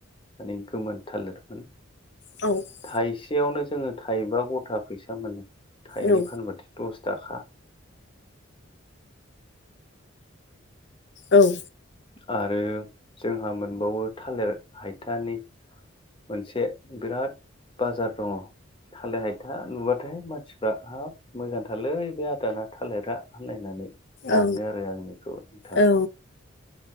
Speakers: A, on the left; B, on the left.
A: माने गोमोन थालिरमोन
B: औ
A: थाइसेयावनो जोङो थाइबा गथा फैसा मोनो थाइनै
B: औ
A: फानबाथाय दस थाखा।
B: ओं
A: आरो जोंहा मोनबावो थालिर हायथानि मोनसे बिराद बाजार दङ। थालिर हायथा नुबाथाय मानसिफ्रा हाब मोजांथालै बे आदाना थालिरा होनलायनानै लाङो
B: औ
A: आरो आंनिखौ नोंथां।
B: औ